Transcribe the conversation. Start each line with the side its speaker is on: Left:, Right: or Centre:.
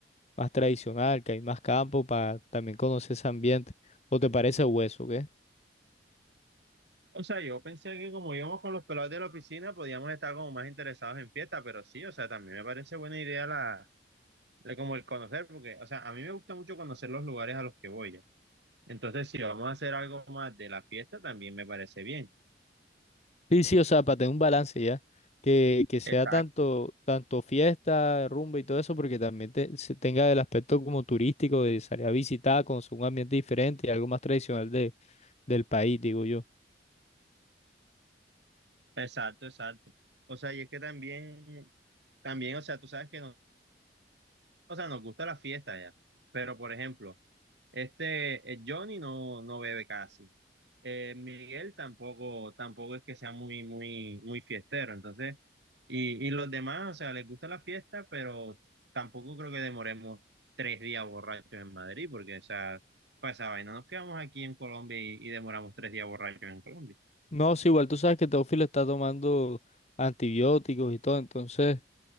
Left: más tradicional, que hay más campo para también conocer ese ambiente. ¿O te parece hueso, qué?
Right: O sea, yo pensé que como íbamos con los pelados de la oficina, podíamos estar como más interesados en fiesta, pero sí, o sea, también me parece buena idea la, la- como el conocer, porque, o sea, a mí me gusta mucho conocer los lugares a los que voy ya. Entonces, si vamos a hacer algo más de la fiesta, también me parece bien.
Left: Sí, sí, o sea, para tener un balance ya, que, que sea
Right: Exacto.
Left: tanto, tanto fiesta, rumba y todo eso, porque también te- se tenga el aspecto como turístico de salir a visitar, conocer un ambiente diferente y algo más tradicional de, del país, digo yo.
Right: Exacto, exacto. O sea, y es que también, también, o sea, tú sabes que nos, o sea, nos gusta la fiesta ya, pero por ejemplo, Este, eh, Johnny no, no bebe casi. Eh, Miguel tampoco, tampoco es que sea muy, muy, muy fiestero. Entonces, y, y los demás, o sea, les gusta la fiesta, pero tampoco creo que demoremos tres días borrachos en Madrid, porque, o sea, para esa vaina, nos quedamos aquí en Colombia y, y demoramos tres días borrachos en Colombia.
Left: No, sí, igual tú sabes que Teófilo está tomando antibióticos y todo, entonces...